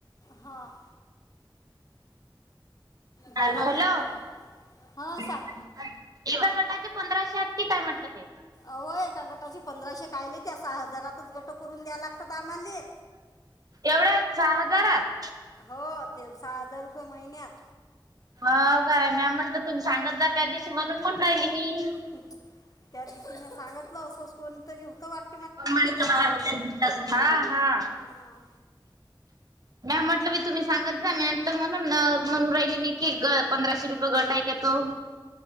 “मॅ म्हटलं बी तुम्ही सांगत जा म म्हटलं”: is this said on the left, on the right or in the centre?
Right